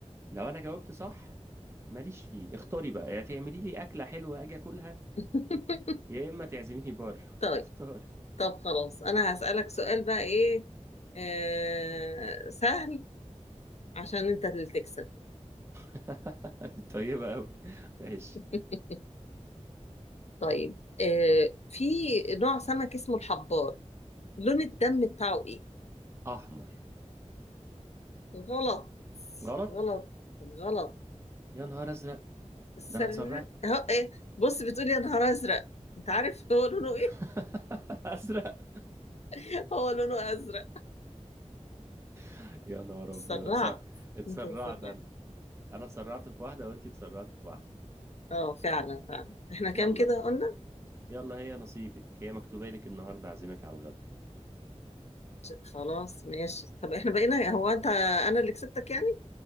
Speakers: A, on the right; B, on the left.
A: لو انا جاوبت صح ماليش فيه اختاري بقى يا تعملي لي اكلة حلوة اجي اكلها
B: <laughs>
A: يا اما تعزميني بره
B: طيب
A: <laughs> اختاري
B: طب خلاص انا هسألك سؤال بقى ايه آه سهل عشان انت اللي تكسب
A: <laughs> انت طيبة قوي ماشي
B: <laughs> طيب آه في نوع سمك اسمه الحبار لون الدم بتاعه ايه
A: احمر
B: غلط
A: غلط
B: غلط غلط
A: يا نهار ازرق
B: السر
A: ده انا اتسرعت
B: هو ايه بص بتقولي يا نهار ازرق انت عارف هو لونه ايه
A: <laughs> ازرق
B: <laughs> هو لونه ازرق
A: <laughs> يا نهار
B: اتسرعت
A: ابيض اتس- اتسرعت
B: انت اتسرعت
A: انا انا اتسرعت في واحده وانتي اتسرعتي في واحده
B: اه فعلا فعلا احنا كام
A: يلا
B: كده قلنا
A: يلا هي نصيبك هي مكتوبه لك النهارده اعزمك على الغدا
B: ش- خلاص ماشي طب احنا بقينا هو انت انا اللي كسبتك يعني